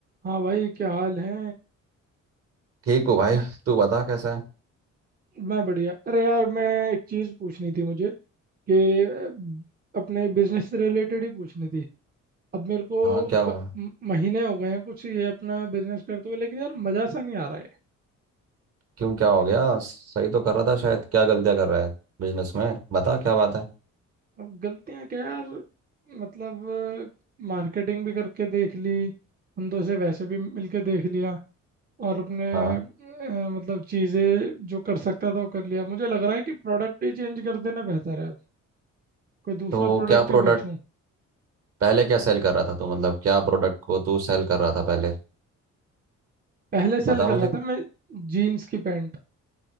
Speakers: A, on the right; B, on the right.
A: हाँ भाई क्या हाल है
B: ठीक हो भाई
A: मैं
B: तू बता कैसा है
A: मैं बढ़िया अरे यार मैं एक चीज़ पूछनी थी मुझे कि अ, अपने बिजनेस से रिलेटेड ही पूछनी थी अब मेरे को
B: हाँ क्या हुआ
A: क- म- महीने हो गए हैं कुछ ये अपना बिजनेस करते हुए लेकिन यार मज़ा सा नहीं आ रहा है
B: क्यों क्या हो गया सही तो कर रहा था शायद क्या गलतियाँ कर रहा है बिजनेस में बता क्या बात है
A: अब गलतियाँ क्या यार मतलब मार्केटिंग भी करके देख ली बंदों से वैसे भी मिलके देख लिया और अपने
B: हाँ
A: अ, मतलब चीज़ें जो कर सकता था वो कर लिया मुझे लग रहा है कि प्रोडक्ट ही चेंज कर देना बेहतर है कोई दूसरा
B: तो
A: प्रोडक्ट
B: क्या
A: ही
B: प्रोडक्ट
A: बेचूं
B: पहले क्या सेल कर रहा था तू मतलब क्या प्रोडक्ट को तू सेल कर रहा था पहले
A: पहले सेल
B: बता मुझे
A: कर रहा था मैं जीन्स की पैंट